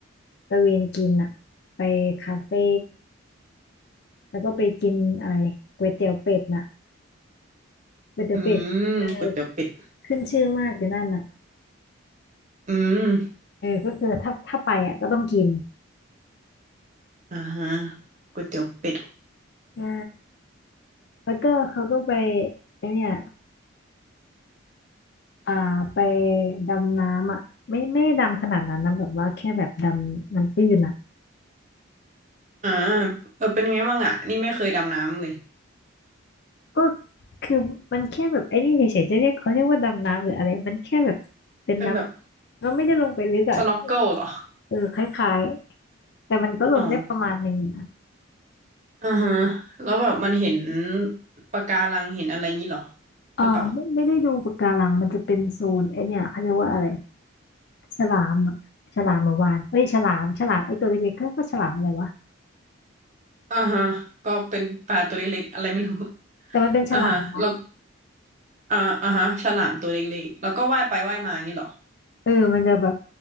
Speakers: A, on the left; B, on the right.
A: ตะเวนกินอ่ะไปคาเฟ่แล้วก็ไปกินอะไรก๋วยเตี๋ยวเป็ดน่ะก๋วยเตี๋ยวเป็ดเออ
B: อืมก๋วยเตี๋ยวเป็ด
A: ขึ้นชื่อมากอยู่นั่นน่ะ
B: อืม
A: เออก็คือถ้าถ้าไปอ่ะก็ต้องกิน
B: อ่าฮะก๋วยเตี๋ยวเป็ด
A: ใช่ แล้วก็เขาก็ไปไอเนี่ยอ่าไปดำน้ำอ่ะไม่ไม่ดำขนาดนั้นนะแบบว่าแค่แบบดำน้ำตื้นอ่ะ
B: อ่าเออเป็นไงบ้างอ่ะนี่ไม่เคยดำน้ำเลย
A: ก็คือมันแค่แบบไอ้นี่เฉยๆจะเรียกเขาเรียกว่าดำน้ำหรืออะไรมันแค่แบบเป็นน้ำเราไม่ได้ลงไปลึกอ่ะแค่
B: เป็นแบบสน็อกเกิลเหรอ
A: เออคล้ายๆแต่มันก็ลงได้ประมาณหนึ่งอยู่นะ
B: อ๋ออ่าฮะแล้วแบบมันเห็นปะการังเห็นอะไรงี้เหรอ
A: เออไม่ไม่ได้ดูปะการังมันจะเป็นโซนไอเนี่ยเขาเรียกว่าอะไร
B: หรือเปล่า
A: ฉลามอะฉลามหรือวานเฮ้ยฉลามฉลามไอตัวเล็กๆเขาเรียกว่าฉลามอะไรวะ
B: อ่าฮะก็เป็นปลาตัวเล็กๆอะไรไม่รู้ <laughs>
A: แต่มันเป็นฉลาม
B: อ่าฮะแล้วอ่าอ่าฮะฉลามตัวเล็กๆแล้วก็ว่ายไปว่ายมาอย่างงี้เหรอ
A: เออมันจะแบบ